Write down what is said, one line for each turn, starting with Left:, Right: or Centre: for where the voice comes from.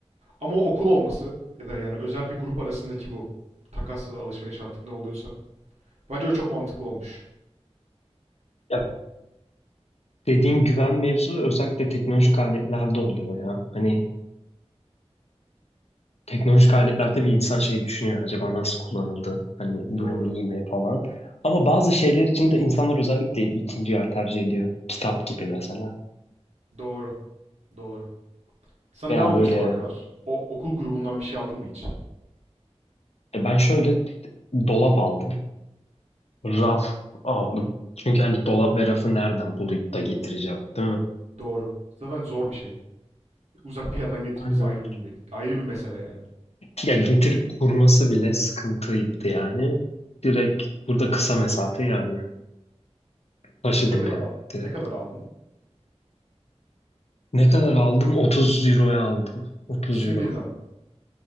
Right: Ama okul olması ya da yani özel bir grup arasındaki bu takas ya da alışveriş artık ne oluyorsa. Bence o çok mantıklı olmuş.
Left: Ya dediğin güven mevzu özellikle teknolojik aletlerde oluyor ya. Hani Teknolojik aletler tabii insan şey düşünüyor. Acaba nasıl kullanıldı? Hani
Right: Doğru.
Left: durumu iyi mi falan. Ama bazı şeyler için de insanlar özellikle ikinci yer tercih ediyor. Kitap gibi mesela.
Right: Doğru. Doğru. Sen
Left: Veya
Right: ne aldın
Left: böyle
Right: şu ana kadar? O okul grubundan bir şey aldın mı hiç?
Left: e, ben şöyle dolap aldım. Raf aldım. Çünkü hani dolap ve rafı nereden bulup da getireceğim, değil mi?
Right: Doğru. Zaten zor bir şey. Uzak bir yerden getirmesi
Left: Aynen.
Right: ayrı bir, ayrı bir mesele yani.
Left: Ya getirip kurması bile sıkıntıydı yani. Direkt burada kısa mesafe yani. Taşıdım
Right: Ne kadar
Left: yani
Right: aldın?
Left: direkt.
Right: Ne kadar aldın?
Left: Ne kadar aldım? 30 euroya aldım. 30
Right: İkisini
Left: euro.
Right: birden.